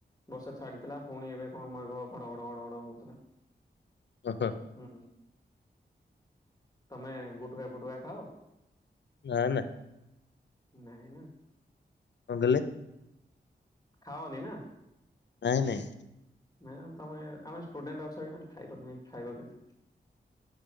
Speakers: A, on the left; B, on the left.
A: ବର୍ଷା ଛାଡ଼ିଥିଲା ପୁଣି ଏବେ କଣ ମଘ ଘଡଘଡ ଘଡଘଡ ହଉଥିଲା?
B: ଓହୋ।
A: ହଁ ତମେ ଗୁଟୁକା ଫୁଟୁକା ଖାଅ?
B: ନା ନା।
A: ନାଇଁ ନା?
B: କଣ କହିଲେ?
A: ଖାଅନି ନା?
B: ନାଇଁ ନାଇଁ।
A: ନାଇଁ ତମେ ଆମେ ଷ୍ଟୁଡେଣ୍ଟ ଅଛ ଖାଇବନି ଖାଇବ କେମତି